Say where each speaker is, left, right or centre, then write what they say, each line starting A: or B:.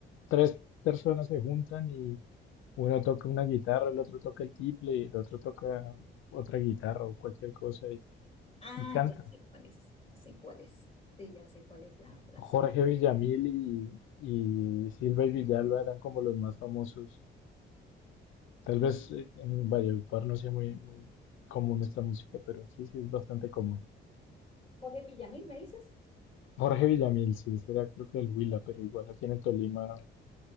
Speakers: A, on the left; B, on the left.
A: tres personas se juntan y Uno toca una guitarra, el otro toca el tiple, el otro toca otra guitarra o cualquier cosa y,
B: Ah,
A: y cantan.
B: ya sé cuál es, ya sé cuál es. Sí, ya sé cuál es, la verdad,
A: Jorge
B: sí.
A: Villamil y, y Silva y Villalba eran como los más famosos. Tal vez eh, en Valledupar no sea muy, muy común esta música, pero aquí sí es bastante común.
B: Jorge Villamil, ¿me dices?
A: Jorge Villamil, sí, será creo que el Huila, pero igual aquí en el Tolima